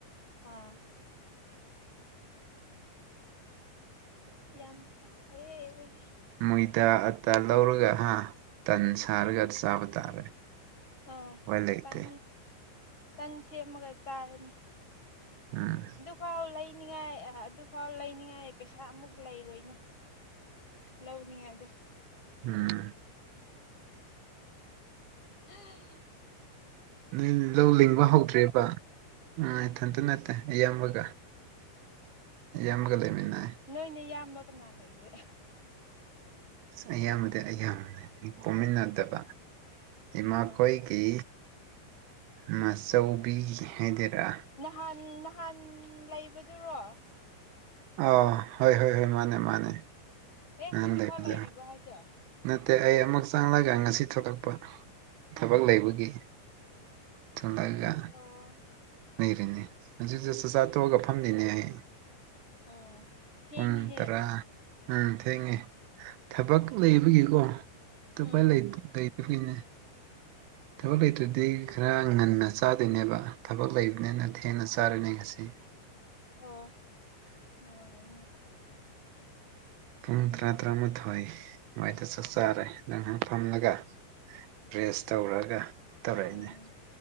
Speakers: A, on the left (about 25°); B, on the right (about 80°).
A: ꯑꯥ ꯌꯥꯝ ꯁꯥꯦ
B: ꯃꯣꯏꯗ ꯑꯇꯥ ꯂꯧꯔꯒ ꯍꯥ ꯇꯟ ꯁꯥꯔꯒ ꯆꯥꯕ ꯇꯥꯔꯦ
A: ꯑꯥ
B: ꯎꯄꯥꯏ ꯂꯩꯇꯦ
A: ꯇꯟ ꯇꯟ ꯁꯦꯝꯃꯒ ꯆꯥꯔꯅꯤ
B: ꯎꯝ
A: ꯐꯥꯎ ꯂꯩꯅꯤꯉꯥꯏ ꯑꯗꯨꯐꯥꯎ ꯂꯩꯅꯤꯉꯥꯏ ꯄꯩꯁꯥ ꯑꯃꯨꯛ ꯂꯩꯔꯣꯏꯅꯦ ꯂꯧꯅꯤꯉꯥꯢꯗꯣ
B: ꯎꯝ
A: ꯍꯝ
B: ꯅꯣꯏ ꯂꯧ ꯂꯤꯡꯕ ꯍꯧꯗ꯭ꯔꯦꯕ? ꯎ ꯏꯊꯟꯇ ꯅꯠꯇꯦ ꯏꯌꯥꯝꯕꯒ ꯏꯌꯥꯝꯕꯒ ꯂꯩꯃꯤꯟꯅꯩ
A: ꯅꯣꯏ ꯅꯌꯥꯝꯏꯕ ꯀꯅꯥ ꯂꯩꯒꯦ
B: ꯑꯁ ꯏꯌꯥꯝꯕꯗꯤ ꯏꯌꯥꯝꯕꯅꯦ ꯑꯩ ꯄꯣꯛꯃꯤꯟꯅꯗꯕ ꯏꯃꯥꯈꯣꯏꯒꯤ
A: ꯑꯣ
B: ꯃꯆꯧꯕꯤ ꯍꯥꯏꯗꯔꯥ
A: ꯅꯍꯥꯟ ꯅꯍꯥꯟ ꯂꯩꯕꯗꯨꯔꯣ?
B: ꯑ ꯍꯣꯏ ꯍꯣꯏ ꯍꯣꯏ ꯃꯥꯅꯦ ꯃꯥꯅꯦ
A: ꯑꯦ
B: ꯅꯥꯟꯂꯩꯕꯗꯨ
A: ꯍꯧꯖꯤꯛꯐꯥꯎ ꯂꯩꯔꯤꯕꯣ ꯍꯥꯏꯁꯦ
B: ꯅꯠꯇꯦ ꯑꯩ ꯑꯃꯨꯛ ꯆꯪꯂꯪꯒ ꯉꯁꯤ ꯊꯣꯛꯂꯛꯄ ꯊꯕꯛ ꯂꯩꯕꯒꯤ ꯇꯂꯒ
A: ꯑꯣ
B: ꯂꯩꯔꯤꯅꯦ ꯍꯧꯗ ꯆꯥꯛꯆꯥ ꯇꯣꯛꯑꯒ ꯐꯝꯂꯤꯅꯦ ꯑꯩ
A: ꯑꯣ ꯊꯦꯡꯉꯤꯍꯦ
B: ꯎꯝ ꯇꯔꯥ ꯎꯝ ꯊꯦꯡꯉꯦ ꯊꯕꯛ ꯂꯩꯕꯒꯤꯀꯣ ꯑꯇꯄ
A: ꯎꯝ
B: ꯑꯩꯈꯅꯦ ꯊꯕꯛ ꯂꯩꯇ꯭ꯔꯗꯤ ꯈꯔ ꯉꯟꯅ ꯆꯥꯗꯣꯏꯅꯦꯕ ꯊꯕꯛ ꯂꯩꯕꯅꯤꯅ ꯊꯦꯡꯅ ꯆꯥꯔꯅꯤ ꯉꯁꯤ <inaudible>
A: ꯑꯣ ꯑꯣ
B: ꯄꯨꯡ ꯇꯔꯥ ꯇꯔꯥꯃꯥꯊꯣꯏ ꯑꯗꯨꯋꯥꯏꯗ ꯆꯥꯛ ꯆꯥꯔꯦ ꯅꯪꯍꯥꯛ ꯐꯝꯂꯒ ꯔꯦꯁ ꯇꯧꯔꯒ ꯇꯧꯔꯛꯏꯅꯦ
A: ꯎꯝ